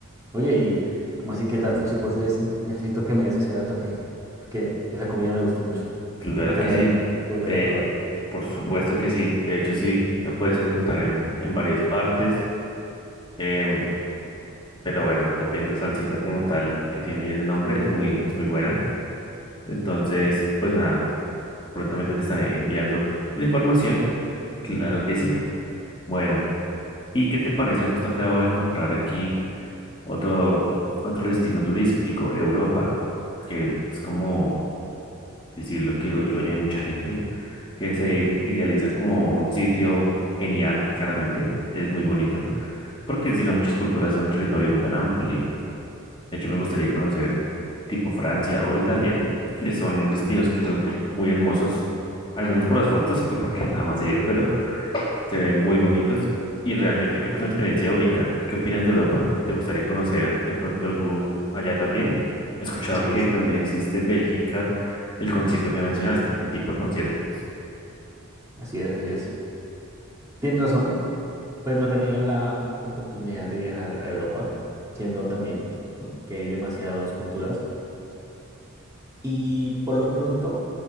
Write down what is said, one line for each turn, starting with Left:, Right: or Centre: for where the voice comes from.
Right: Oye, y como así que el dato
Left: Ujú.
Right: chipotle ese, necesito que me des ese dato, je, porque esa comida me gustó mucho.
Left: Claro
Right: Me encantaría
Left: que sí.
Right: volver
Left: De,
Right: a probarla.
Left: por supuesto que sí. De hecho, sí, la puedes encontrar en, en varias partes. Em, pero bueno, también la salsita como tal que tiene ya ese nombre es muy, es muy buena. Entonces, pues nada, prontamente te estaré enviando la información. Claro que sí. Bueno, ¿y qué te parece? Justo acabo de encontrar aquí otro, otro destino turístico, Europa, que es como decirlo que el sueño de mucha gente, que se idealiza
Right: Sí,
Left: como un sitio genial, claramente. Es muy bonito, porque encierra muchas culturas en un territorio no tan amplio. De hecho, me gustaría conocer tipo Francia o Italia, que son destinos que son muy hermosos, al menos por las fotos, que porque <laughs> nada más he ido, pero se ven muy bonitos y realmente creo que es una experiencia única. ¿Qué opinas de Europa? ¿Te gustaría conocer de pronto algo allá también? He escuchado
Right: sí,
Left: que
Right: sí,
Left: también existe en Bélgica el concierto que mencionaste, el tipo de concierto. pues.
Right: así es, así es. Tienes razón, pues no he tenido la oportunidad de viajar a Europa, siendo también ¿no? que hay demasiadas culturas. Y por lo pronto,